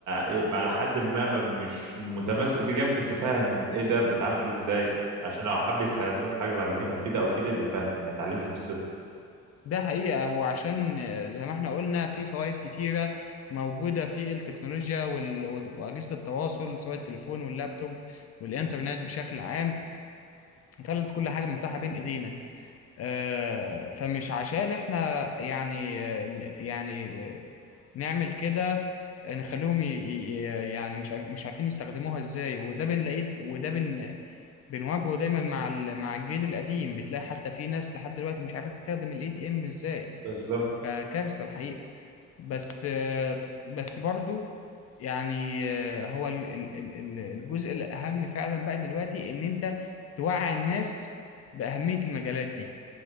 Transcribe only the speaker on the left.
ده حقيقة هو عشان آه، زي ما احنا قلنا في فوائد كتيرة موجودة في التكنولوجيا وال... وأجهزة التواصل سواء التليفون واللابتوب والإنترنت بشكل عام خلت كل حاجة متاحة بين إيدينا آه، فمش عشان احنا يعني آه، ن- يعني آه، نعمل كده نخليهم ي... ي- يعني مش عارف... مش عارفين يستخدموها ازاي وده بنلاقيه وده بن... بنواجهه دايما مع ال... مع الجيل القديم بتلاقي حتى في ناس لحد دلوقتي مش عارفة تستخدم الاي تي ام ازاي
فكارثة الحقيقة بس بس برضو يعني هو ال- ال- ال- ال- الجزء الأهم فعلا بقى دلوقتي إن أنت توعي الناس بأهمية المجالات دي